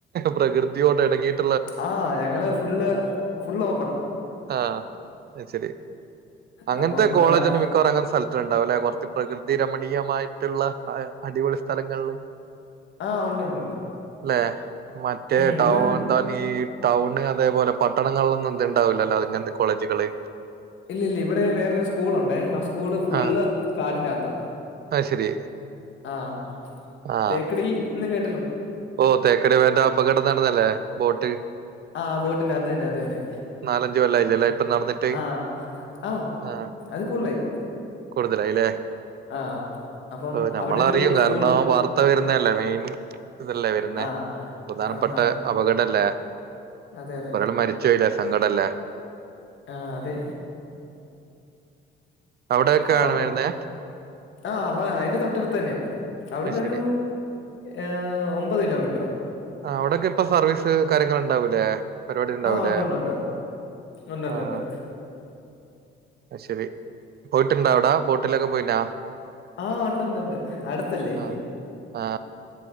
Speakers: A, on the right; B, on the left.
A: പ്രകൃതിയോടെ ഇണങ്ങിയിട്ട്
B: ആ ഞങ്ങള് ഫുള്ള് ഫുള്ള്
A: ആ ആയിശരി അങ്ങനത്തെ
B: അപ്പം
A: കോളേജ്ന്ന
B: ആഹ്
A: മിക്കവാറും അങ്ങനെത്തെ സ്ഥലത്താ ഉണ്ടാവലെ കുറച്ച് പ്രകൃതി രമണീയമായിട്ടുള്ള അടിപൊളി സ്ഥലങ്ങളില്
B: ആഹ് ഉണ്ടുണ്ടുണ്ട്
A: അല്ലെ മറ്റേ
B: ഉം
A: ടൗൺന്താ
B: ഇവ
A: ഈ ടൗൺ ണ് അതേപോലെ പട്ടണങ്ങളിലൊന്നും ഇത് ഉണ്ടാവില്ലല്ലോ ഇങ്ങനത്തെ കോളേജുകള്
B: ഇല്ല ഇല്ല ഇവിടെ വേറരു സ്കൂളുണ്ടെ ആ സ്കൂള് ഫുള്ള്
A: ആ
B: കാടിന്റെ അകത്താ
A: അത് ശരി
B: ആഹ്
A: ആ
B: തേക്കടി എന്ന് കേ
A: ഓ തേക്കടി വേണ്ട അപകടം നടന്നല്ലേ ബോട്ട്
B: ആഹ് ബോട്ടിന്റെ അത് തന്നെ അത് തന്നെ
A: നാലഞ്ച് കൊല്ലായില്ലല്ലേ ഇപ്പൊ നടന്നിട്ട്
B: ആഹ് ആഹ്
A: ആ
B: അത് കൂളിലായി
A: കൂടുതലായില്ലേ
B: ആഹ് അപ്പം
A: ആ നമ്മളറിയും
B: അവിടെ ഒരു സ്കൂളുണ്ട്
A: കാരണം വാർത്ത വരുന്നല്ലേ മെയിൻ ഇതല്ലേ വരുന്നേ
B: ആഹ്
A: പ്രധാനപ്പെട്ട
B: ആഹാ
A: അപകടല്ലേ
B: അതെ അതെ
A: ഒരാൾ മരിച്ച് കഴിഞ്ഞ സങ്കടല്ലേ
B: ആ അതെ
A: അവിടെക്കെയാണ്
B: അപ്പം
A: വരുന്നേ
B: ആഹ് അവ അതിന്റെ തൊട്ടടുത്ത് തന്നെയാ അവിടന്നൊരു
A: അത് ശരി
B: ഏഹ് ഒമ്പത് കിലോമീ
A: ആ അവിടൊക്കെ ഇപ്പൊ സർവീസ് കാര്യങ്ങൾ ഉണ്ടാവൂലേ പരിപാടി ഉണ്ടാവൂലേ
B: ആഹ് ഉണ്ടുണ്ടുണ്ട് ഉണ്ടുണ്ടുണ്ട്
A: ആഹ് ശരി പോയിട്ടുണ്ട അവിടാ ബോട്ടിലൊക്കെ പോയിനാ
B: ആഹ് ഉണ്ടണ്ട്ണ്ട് അടുത്തല്ലേ
A: ആ ആ